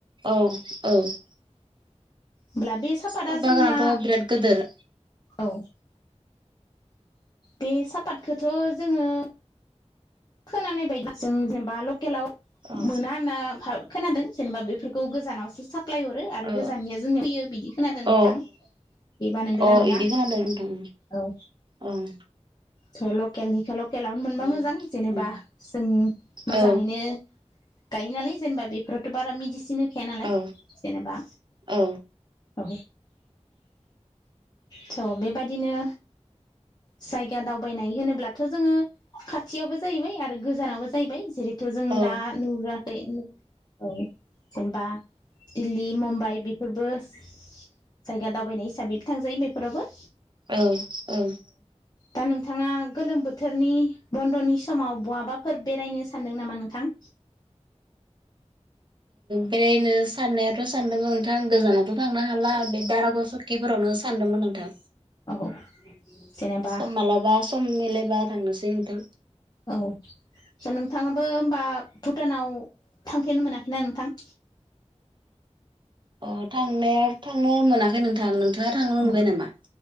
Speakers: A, on the right; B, on the left.
A: औ औ
B: होमब्ला बे साफातआ
A: सापात बागानाथ'
B: जोंनिया
A: बिराद गोदोर
B: औ बे सापातखोथ' जोङो खोनानाय बायदि जों जेनेबा लकेलाव
A: औ
B: मोना होनना भा खोनादों जेनेबा बेफोरखौ गोजानावसो साफ प्लाय हरो आरो
A: औ
B: गोजाननिया जों फैयो बिदि खोनादों
A: औ
B: नोंथां बेबा नोंगोना
A: औ अ
B: नोङा!
A: इदि खोनादों नोंथां
B: औ
A: ओं
B: थ' लकेलनिखो लकेलावनो मोनबा
A: ओं।
B: मोजां जेनेबा
A: उम
B: जों मोजाङैनो
A: औ
B: गायो नालाय जेनेबा बेफोरावथ' बारा मिदिसिनो थाया नालाय
A: औ
B: जेनेबा
A: औ
B: औ। थ' बेबायदिनो जायगा दावबायनाय होनोब्लाथ' जोङो खा थियावबो जाहैबाय आरो गोजानावबो जाहैबाय जेरैथ' जों
A: औ
B: दा नुह'राखै औ। जेनेबा दिल्ली मुम्बाइ बेफोरबो जायगा दावबायनाय हिसाबैबो थांजायो बेफोरावबो।
A: औ औ
B: दा नोंथाङा गोलोम बोथोरनि बन्द'नि समाव बहाबाफोर बेरायनो सानदों नामा नोंथां?
A: बेरायनो साननायाथ' सानदोंमोन नोंथां गोजानावथ' थांनो हाला बे दारागाव सकिफोरावनो सान दोंमोन नोंथां
B: औ जेनेबा
A: सम मालाबा सम मिलायबा थांनोसै। थां
B: औ स' नोंथाङाबो होमबा भुटानाव थांफेरनो मोनाखैना नोंथां?
A: अ थांनाया थांनो मोनाखै नोंथां नोंथाङा थांनो मोनबाय
B: औ
A: नामा?